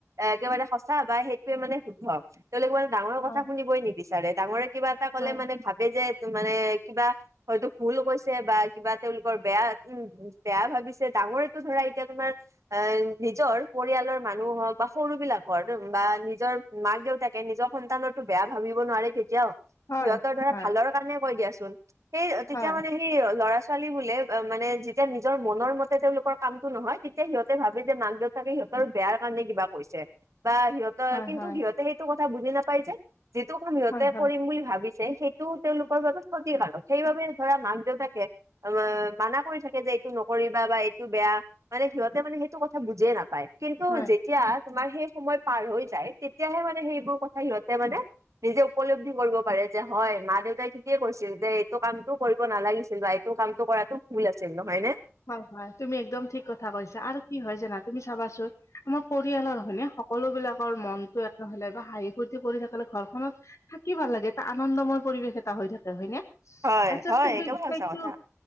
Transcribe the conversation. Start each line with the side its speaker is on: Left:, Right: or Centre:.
Right: একেবাৰে সঁচা বা সেইটোৱে মানে শুদ্ধ তেওঁলোকে মানে ডাঙৰ কথা
Left: হয়
Right: শুনিবই নিবিচাৰে ডাঙৰে কিবা এটা কলে
Left: হয়
Right: মানে ভাবে যে এইটো মানে কিবা হয়তো ভুল কৈছে বা কিবা তেওঁলোকৰ বেয়া উম বেয়া ভাবিছে ডাঙৰেটো ধৰা এতিয়া তোমাৰ এ নিজৰ পৰিয়ালৰ মানুহ হওক বা সৰু বিলাকৰ বা নিজৰ মাক দেউতাকে নিজৰ সন্তানৰতো বেয়া ভাবিব নোৱাৰে কেতিয়াও
Left: হয়
Right: সিহঁতৰ ধৰা
Left: হয়
Right: ভালৰ কাৰণে কয় দিয়াচোন সেই তেতিয়া
Left: হয়
Right: মানে সেই ল'ৰা ছোৱালী বোলে মানে যেতিয়া নিজৰ মনৰ মতে তেওঁলোকৰ কামটো নহয় তেতিয়া সিহতে ভাবে যে মাক দেউ তাকে সিহঁতৰ বেয়াৰ কাৰণে কিবা কৈছে বা সিহঁত অ
Left: হয়
Right: কিন্তু সিহঁতে সেইটো কথা বুজি নাপায় যে যিটো কাম সিহঁতে
Left: হয় হয় হয়
Right: কৰিম বুলি ভাবিছে সেইটো তেওঁলোকৰ বাবে ক্ষতিকাৰক সেইবাবে ধৰা মাক দেউতাকে মানা কৰি থাকে যে এইটো নকৰিবা বা এইটো বেয়া মানে সিহঁতে মানে সেইটো কথা বুজিয়ে নাপায় কিন্তু
Left: হয়
Right: যেতিয়া তোমাৰ সেই সময় পাৰ হৈ যায়, তেতিয়াহে মানে সেইবোৰ কথা সিহঁতে মানে নিজে উপলব্ধি কৰিব পাৰে যে হয় মা দেউতাই থিকে কৈছিল যে এইটো কামটো কৰি ব নালাগিছিল বা এইটো কামটো কৰাটো ভুল আছিল নহয় নে?
Left: হয়, হয় তুমি একদম ঠিক কথা কৈছা আৰু কি হয় জানা তুমি চাবাচোন আমাৰ পৰিয়ালৰ হয়নে সকলো বিলাকৰ মনটো একে হলে বা হাঁহি ফূৰ্তি কৰি থাকিলে ঘৰখনত থাকি ভাল লাগে এটা আনন্দময় পৰিৱেশ এটা হৈ থাকে হয়নে
Right: হয়
Left: আচলতে
Right: হয় একেবাৰে
Left: সেই সেইটো
Right: সঁচা কথা।